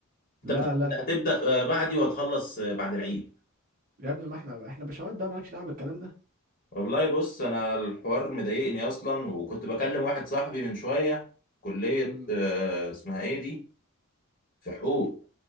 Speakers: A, on the right; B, on the left.
A: لا
B: انت امتحاناتك
A: لا
B: هتبدأ آه، بعدي وهتخلص آه، بعد العيد
A: يا ابني ما احنا احنا بشوات بقى مالكش دعوه بالكلام ده
B: والله بص انا الحوار مضايقني اصلا وكنت بكلم واحد صاحبي من شويه في كليه
A: مم.
B: آه، اسمها ايه دي في حقوق